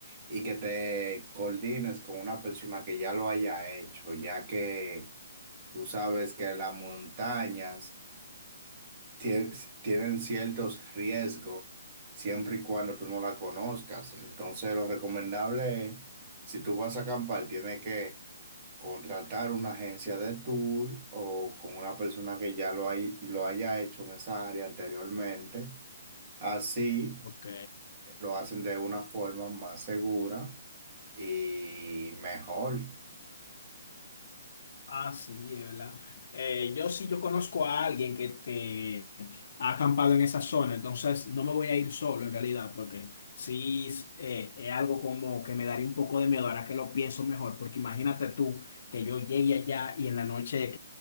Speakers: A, on the right (about 25°); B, on the left (about 55°).
A: y que te coordines con una persona que ya lo haya hecho, ya que... Tú sabes que las montañas tie- tienen ciertos riesgos siempre y cuando tú no la conozcas. Entonces, lo recomendable es, si tú vas a acampar, tienes que contratar una agencia de tour o con una persona que ya lo, hay, lo haya hecho en esa área anteriormente. Así
B: Ok.
A: eh, lo hacen de una forma más segura y mejor.
B: Ah, sí, es verdad. Eh, yo sí, yo conozco a alguien que te ha acampado en esa zona, entonces no me voy a ir solo en realidad, porque sí es eh, es algo como que me daría un poco de miedo ahora que lo pienso mejor, porque imagínate tú que yo llegue allá y en la noche